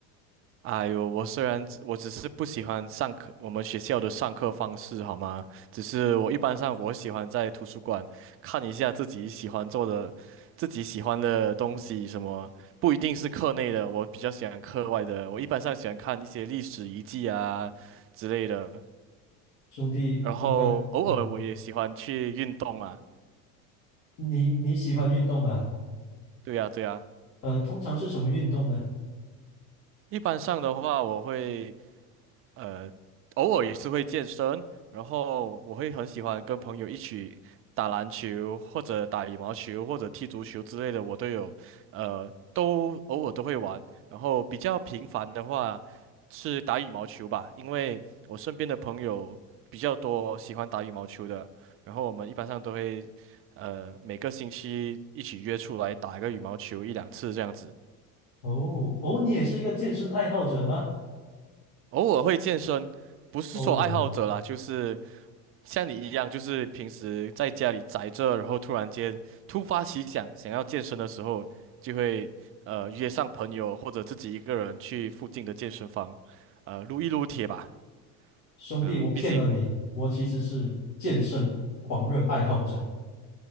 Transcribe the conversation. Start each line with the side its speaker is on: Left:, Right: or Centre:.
Right: 哎呦，我虽然只我只是不喜欢上课，我们学校的上课方式，好吗？只是我一般上我喜欢在图书馆看一下自己喜欢做的、自己喜欢的东西，什么不一定是课内的，我比较喜欢课外的。我一般上喜欢看一些历史遗迹啊之类的，
Left: 兄弟，
Right: 然后偶尔我也喜欢去运动啊。
Left: 我感，嗯，你你喜欢运动啊？
Right: 对呀，对呀。
Left: 呃，通常是什么运动呢？
Right: 一般上的话，我会。呃，偶尔也是会健身，然后我会很喜欢跟朋友一起打篮球，或者打羽毛球，或者踢足球之类的，我都有，呃，都偶尔都会玩。然后比较频繁的话是打羽毛球吧，因为我身边的朋友比较多喜欢打羽毛球的，然后我们一般上都会，呃，每个星期一起约出来打一个羽毛球一两次这样子。
Left: 哦哦，你也是一个健身爱好者吗？
Right: 偶尔会健身，不是说爱好者啦，
Left: 偶尔，
Right: 就是。像你一样，就是平时在家里宅着，然后突然间突发奇想，想要健身的时候，就会呃约上朋友或者自己一个人去附近的健身房，呃撸一撸铁吧。
Left: 兄弟，
Right: 嗯、
Left: 我骗了你，
Right: 毕竟
Left: 我其实是健身狂热爱好者。